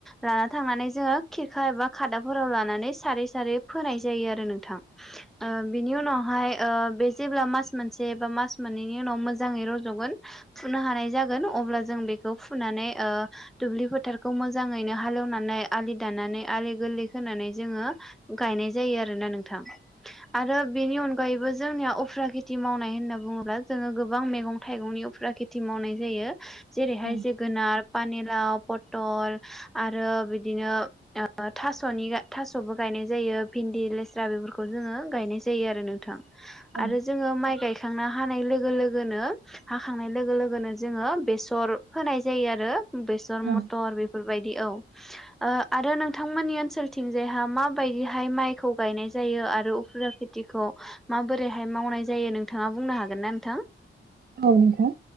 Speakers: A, in the centre; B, on the right.
A: लाना थांनानै जोङो खिरखा एबा खादाफोराव लानानै सारै सारै फोनाय जायो आरो नोंथां। ओ-बिनि उनावहाय ओ-बे जेब्ला मास मोनसे बा मास मोननैनि उनाव मोजाङै रज'गोन। फुनो हानाय जागोन अब्ला जों बेखौ फुनानै ओ-दुब्लि फोथारखौ मोजाङै। नो हालेवनानै आलि दानानै आलि गोरलै खोनानै जोङो। गायनाय जायो आरोना नोंथां आरो बेनि अनगायैबो जोंनिया उफ्रा खेथि मावनाय होनना बुङोब्ला जोङो गोबां मैगं थाइगंनि उफ्रा खेथि मावनाय जायो। जेरैहाय
B: औ
A: जोगोनार पानिलाव पटल आरो बिदिनो। ओ-थास'नि थास'बो गायनाय जायो भिन्दि लेस्रा बेफोरखौ जोङो गायनाय जायो आरो नोंथां।
B: औ
A: आरो जोङो माइ गायखांना हानाय लोगो लोगोनो हाखांनाय लोगो लोगोनो जोङो बेसर फोनाय जायो आरो। बेसर
B: औ
A: मथर बेफोरबायदि औ। ओ-आरो नोंथांमोननि ओनसोलथिंजायहा माबायदिहाय माइखौ गायनाय जायो आरो उफ्रा खेथ थिखौ माबोरैहाय मावनाय जायो नोंथाङा बुंनो हागोन ना नोंथां?
B: औ नोंथां।